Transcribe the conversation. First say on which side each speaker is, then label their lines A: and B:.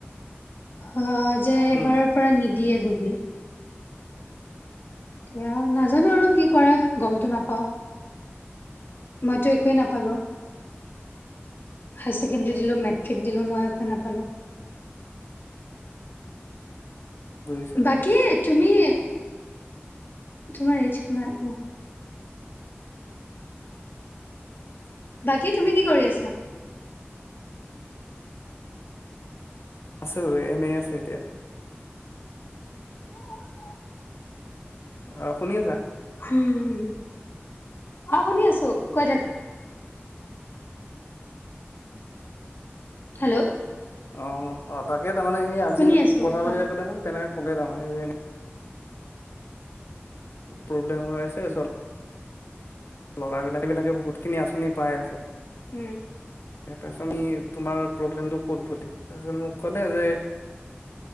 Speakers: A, on the left; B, on the left.
A: অ যে এইবাৰৰ
B: উম
A: পৰা নিদিয়ে বুলি এতিয়া নাজানো আৰু কি কৰে গমটো নাপাও মইতো একোৱে নাপালো হাই ছেকেণ্ডৰী দিলো মেট্ৰিক দিলো মই একোৱেই নাপালো
B: বুজিছো
A: বাকী তুমি তোমাৰ এইজ কিমাৰ বাকী তুমি কি কৰি আছা
B: আছো এনেই আছো এতিয়া
A: উম
B: আহ শুনি আছা
A: উম অ শুনি আছো কৈ দাদা হেল্ল'
B: অ অ তাকে তাৰমানে সেই আজি
A: শুনি আছো
B: কথা
A: কোৱা
B: পাতি থাকতে মোক তেনেকে ক'লে তাৰমানে প্ৰব্লেম হৈ আছে চল ল'ৰাবিলাক এইবিলাকে বহুতখিনি আঁচনি পাই আছে
A: উম
B: তাৰপিছত আমি তোমাৰ প্ৰব্লেমটো ক'ধ বুলি তাৰপিছত মোক ক'লে যে